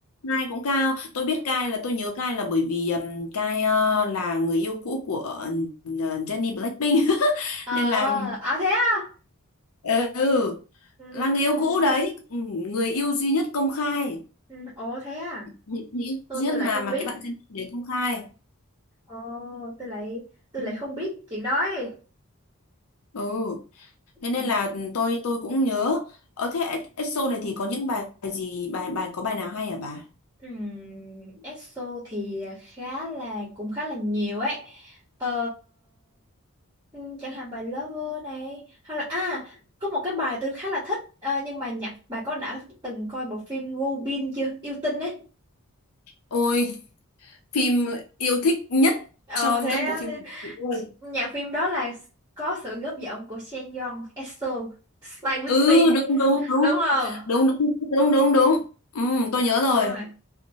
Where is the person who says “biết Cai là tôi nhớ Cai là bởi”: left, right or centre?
Left